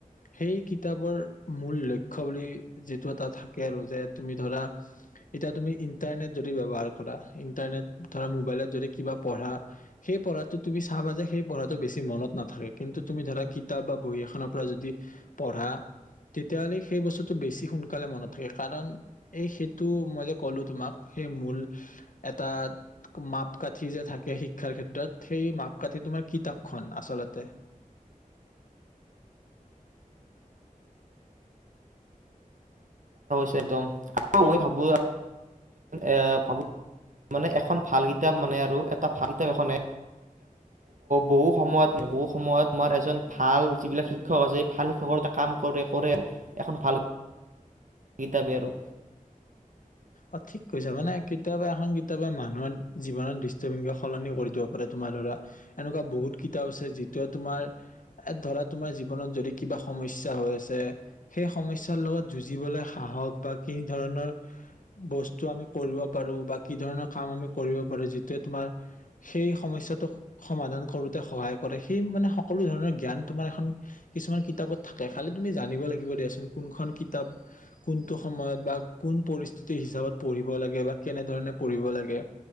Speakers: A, on the left; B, on the right.
A: সেই কিতাপৰ মূল লক্ষ্য বুলি যিটো ত থাকে আৰু যে তুমি ধৰা এতিয়া তুমি ইন্টাৰনেট যদি ব্যৱহাৰ কৰা ইণ্টাৰনেট ধৰা মোবাইলত যদি কিবা পঢ়া সেই পঢ়াটো তুমি চাবা যে সেই পঢ়াটো বেছি মনত নাথাকে কিন্তু তুমি ধৰা কিতাপ বা বহি এখনৰ পৰা যদি পঢ়া তেতিয়াহলে সেই বস্তুটো বেছি সোনকালে সোনকালে মনত থাকে কাৰণ এই সেইটো মই যে কলো তোমাক সেই মূল এটা মাপকাঠি যে থাকে শিক্ষাৰ ক্ষেত্ৰত সেই মাপকাঠি তোমাৰ কিতাপখন আচলতে
B: ছে একদম মই ভাবো এ ভাবো মানে এখন ভাল কিতাপ মানে আৰু এটা ভাল কিতাপ এখনে বহু সময়ত বহু সময়ত তোমাৰ এজন ভাল যিবিলাক শিক্ষক আছে ভাল শিক্ষকৰ কাম কৰে কৰে এখন ভাল গগীতা বেয়া আৰু
A: অ ঠিক কৈছা মানে কেতিয়াবা এখন কিতাপে মানুহৰ জীৱন দৃষ্টিভংগি সলনি কৰি দিব পাৰে তোমাৰ ধৰা এনেকুৱা বহুত কিতাপ আছে যিটোৱে তোমাৰ ধৰা তোমাৰ জীৱনত যদি কিবা সমস্যা হৈ আছে সেই সমস্যাৰ লগত যুঁজিবলৈ সাহস বা কি ধৰণৰ বস্তু আমি কৰিব পাৰো বা কি ধৰণৰ কাম আমি কৰিব পাৰো যিটোৱে তোমাৰ সেই সমস্যাটো সমাধান কৰোতে সহায় কৰে সেই মানে সকলো ধৰণৰ জ্ঞান তোমাৰ কিছুমান কিতাপত থাকে খালি তুমি জানিব লাগিব দিয়াচোন কোনখন কিতাপ কোনটো সময়ত বা কোন পৰিস্থিতি কি কি হিচাপত পঢ়িব লাগে বা কেনেধৰণে পঢ়িব লাগে